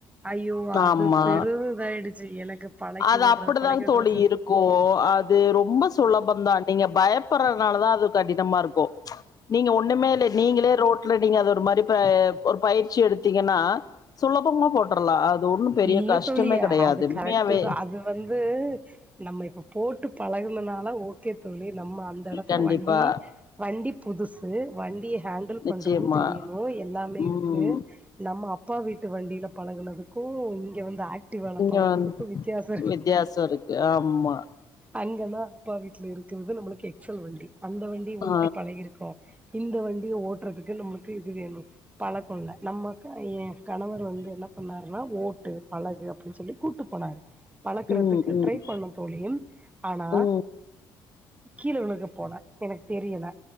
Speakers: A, on the right (about 15°); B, on the left (about 45°).
A: ஐயோ அது
B: ஆமா
A: பெரு இதாயிடுச்சு எனக்கு பழக்கி
B: அது
A: விட்ற
B: அப்டிதா
A: பழக்கி விட்ற
B: தோழி இருக்கு அது ரொம்ப சுலபந்தான் நீங்க பயப்படுறனால தா அது கடினமா இருக்கு நீங்க ஒண்ணுமே இல்ல நீங்களே ரோட் ட்ல நீங்க அது ஒரு மாரி ப ஒரு பயிற்சி எடுத்தீங்கன்னா சுலபம்மா போட்டுர்லா அது ஒண்ணு பெரிய
A: இல்ல
B: கஷ்டமே
A: தோழி
B: கெடையாது
A: அது கரெக்ட்
B: உண்மையாவே
A: அது வந்து நம்ம இப்ப போட்டு பழகுனனால ஓ கே தோழி நம்ம அந்த எடத்துல
B: கண்டிப்பா
A: வண்டி வண்டி புதுசு வண்டிய ஹேண்டில்
B: நிச்சயமா
A: பண்றது தெரியணு எல்லாமே
B: ம்
A: இருக்கு நம்ம அப்பா வீட் டு வண்டில பழகனதுக்கு இங்க வந்து ஆக் ட்டிவால
B: இங்க
A: பழகறதுக்கு
B: வந்
A: வித்யாச இரு
B: வித்தியாசோ இருக்கு ஆமா
A: அங்கனா அப்பா வீட்ல இருக்கிறது நம்மளுக்கு எக்செல் வண்டி அந்த வண்டிய
B: ஆ
A: ஓட்டி பழகிருக்கோ இந்த வண்டிய ஓட்றதுக்கு நம்மளுக்கு இது வேணு பழக்கோல்ல நம்மக்கு ஏ கணவர் வந்து என்ன பண்ணாருன்னா ஓட்டு பழகு அப்டின் சொல்லி கூட்டு போனாரு பழக்குறதுக்கு
B: ம் ம்
A: ட்ரை பண்ணு தோழியும் ஆனா
B: ம்
A: கீழ விழுக போன எனக்கு தெரியல